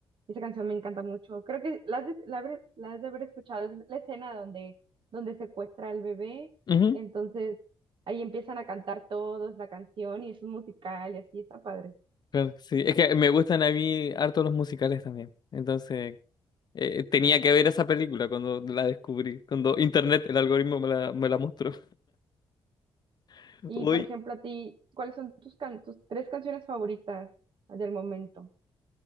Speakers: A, on the right (about 60°); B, on the left (about 45°).
A: Esa canción me encanta mucho. Creo que la has de, la habré- la has de haber escuchado. Es la escena donde, donde secuestra al bebé.
B: Ujú.
A: Entonces ahí empiezan a cantar todos la canción y es un musical y así está padre.
B: Claro, sí, es que me gustan a mí harto los musicales también. Entonces, eh, tenía que ver esa película cuando la descubrí, cuando internet, el algoritmo me la, me la mostró. <laughs>
A: Y
B: Hoy.
A: por ejemplo, a ti, ¿cuáles son tus, can- tus tres canciones favoritas del momento?